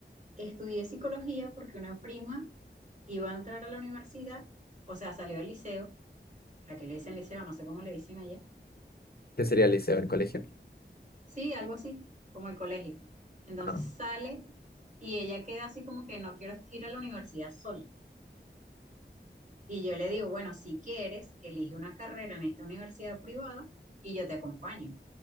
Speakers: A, on the right; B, on the left.
A: Estudié psicología porque una prima iba a entrar a la universidad, o sea, salió del liceo, a que le dicen liceo, no sé cómo le dicen allá,
B: ¿Qué sería el liceo, el colegio?
A: Sí, algo así, como el colegio. Entonces
B: Ah,
A: sale y ella queda así como que no quiero ir a la universidad sola. Y yo le digo, bueno, si quieres, elige una carrera en esta universidad privada y yo te acompaño.